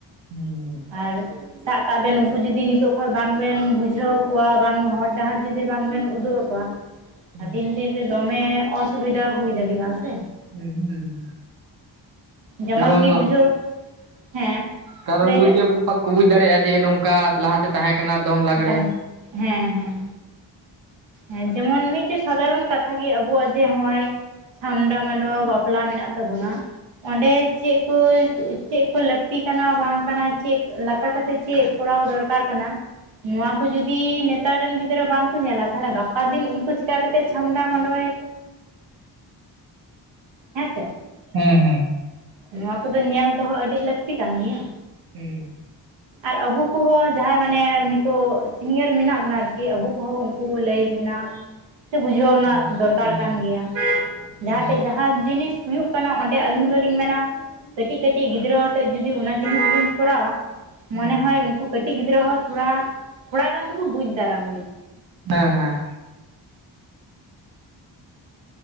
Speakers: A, on the right (about 55°); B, on the right (about 80°).
A: ᱦᱩᱸ ᱦᱩᱸ
B: ᱟᱨ ᱥᱟᱵ ᱠᱟᱜ ᱵᱮᱱ ᱩᱱᱠᱩ ᱡᱩᱫᱤ ᱱᱤᱛᱚᱜ ᱠᱷᱚᱱ ᱵᱟᱝ ᱵᱮᱱ ᱵᱩᱡᱷᱟᱹᱣ ᱠᱚᱣᱟ ᱵᱟᱝ ᱦᱚᱨ ᱰᱟᱦᱟᱨ ᱡᱩᱫᱤ ᱵᱟᱝ ᱵᱮᱱ ᱩᱫᱩᱜ ᱟᱠᱚᱣᱟ
A: ᱦᱩᱸ
B: ᱦᱟᱯᱮᱱ ᱫᱤᱱ ᱨᱮ ᱫᱚᱢᱮ ᱚᱥᱩᱵᱤᱫᱟ ᱦᱩᱭ ᱫᱟᱲᱮᱭᱟᱜᱼᱟ ᱥᱮ।
A: ᱦᱩᱸ ᱦᱩᱸ ᱦᱩᱸ
B: ᱡᱮᱢᱚᱱ
A: ᱠᱟᱨᱚᱱ
B: ᱠᱤ ᱵᱩᱡᱷᱟᱹᱣ ᱦᱮᱸ
A: ᱠᱟᱨᱚᱱ
B: ᱞᱟᱹᱭ
A: ᱵᱩᱡ
B: ᱵᱮᱱ
A: ᱜᱮ ᱯ ᱠᱚ ᱵᱩᱡᱽ ᱫᱟᱲᱮᱭᱟᱜᱼᱟ ᱡᱮ ᱱᱚᱝᱠᱟ ᱞᱟᱦᱟᱛᱮ ᱛᱟᱦᱮᱸ ᱠᱟᱱᱟ ᱫᱚᱝ ᱞᱟᱜᱽᱲᱮ
B: ᱛᱟᱦᱮᱸ ᱦᱮᱸ ᱦᱮᱸ ᱦᱮᱸ ᱡᱮᱢᱚᱱ ᱢᱤᱫᱴᱮᱡ ᱥᱟᱫᱷᱟᱨᱚᱱ ᱠᱟᱛᱷᱟ ᱜᱮ ᱟᱵᱚᱣᱟᱜ ᱡᱮ ᱱᱚᱜᱼᱚᱭ᱾ ᱪᱷᱟᱢᱰᱟ ᱢᱟᱰᱣᱟ ᱵᱟᱯᱞᱟ ᱢᱮᱱᱟᱜ ᱛᱟᱵᱚᱱᱟ ᱚᱸᱰᱮ ᱪᱮᱫᱼᱼ ᱠᱚ ᱪᱮᱫ ᱠᱚ ᱞᱟᱹᱠᱛᱤ ᱠᱟᱱᱟ ᱵᱟᱝ ᱠᱟᱱᱟ ᱪᱮᱫ ᱞᱮᱠᱟ ᱠᱟᱛᱮᱫ ᱪᱮᱫ ᱠᱚᱨᱟᱣ ᱫᱚᱨᱠᱟᱨ ᱠᱟᱱᱟ᱾ ᱱᱚᱣᱟ ᱠᱚ ᱡᱩᱫᱤ ᱱᱮᱛᱟᱨ ᱨᱮᱱ ᱜᱤᱫᱽᱨᱟᱹ ᱵᱟᱝᱠᱚ ᱧᱮᱞᱟ ᱛᱟᱦᱚᱞᱮ ᱜᱟᱯᱟ ᱫᱤᱱ ᱩᱱᱠᱩ ᱡᱤᱼᱼ ᱪᱮᱠᱟ ᱠᱟᱛᱮ ᱪᱷᱟᱢᱰᱟ ᱢᱟᱰᱣᱟᱭᱟ ᱠᱚ ᱦᱮᱸ ᱥᱮ᱾
A: ᱦᱮᱸ ᱦᱮᱸ
B: ᱱᱚᱣᱟ ᱠᱚᱫᱚ ᱧᱮᱞ ᱫᱚᱦᱚ ᱟᱹᱰᱤ ᱞᱟᱹᱠᱛᱤ ᱠᱟᱱ ᱜᱮᱭᱟ᱾
A: ᱦᱩᱸ
B: ᱟᱨ ᱟᱵᱚ ᱠᱚᱦᱚᱸ ᱡᱟᱦᱟᱸᱭ ᱢᱟᱱᱮ ᱱᱤᱛᱚᱜ ᱥᱤᱱᱤᱭᱟᱨ ᱢᱮᱱᱟᱜ ᱵᱚᱱᱟ ᱟᱨᱠᱤ᱾ ᱠᱤ ᱟᱵᱚ ᱠᱚᱦᱚᱸ ᱩᱱᱠᱩ ᱞᱟᱹᱭ ᱨᱮᱱᱟᱜ ᱥᱮ ᱵᱩᱡᱷᱟᱹᱣ ᱨᱮᱱᱟᱜ
A: ᱦᱩᱸ
B: ᱫᱚᱨᱠᱟᱨ
A: ᱦᱮᱸ
B: ᱠᱟᱱ ᱜᱮᱭᱟ᱾ ᱡᱟᱦᱟᱸᱴᱷᱮᱡ
A: ᱦᱮᱸ
B: ᱡᱟᱦᱟᱸ ᱡᱤᱱᱤᱥ ᱦᱩᱭᱩᱜ ᱠᱟᱱᱟ ᱚᱸᱰᱮ ᱟᱹᱞᱤᱧ ᱫᱚᱞᱤᱧ ᱢᱮᱱᱟ ᱠᱟᱹᱴᱤᱡ ᱠᱟᱹᱴᱤᱡ ᱜᱤᱫᱽᱨᱟᱹᱼᱼ ᱱᱤᱛᱚᱜ ᱡᱩᱫᱤ ᱚᱱᱟ ᱡᱤᱱᱤᱥ ᱵᱚᱱ ᱠᱚᱨᱟᱣᱟ ᱢᱚᱱᱮ
A: ᱦᱩᱸ
B: ᱦᱚᱭ ᱩᱱᱠᱩᱼᱼ ᱠᱟᱴᱤᱡ ᱜᱤᱫᱽᱨᱟᱹ ᱦᱚᱸ ᱛᱷᱚᱲᱟ ᱛᱷᱚᱲᱟ ᱜᱟᱱ ᱫᱚᱠᱚ ᱵᱩᱡ ᱫᱟᱨᱟᱢ ᱜᱮᱭᱟ᱾
A: ᱦᱮᱸ ᱦᱮᱸ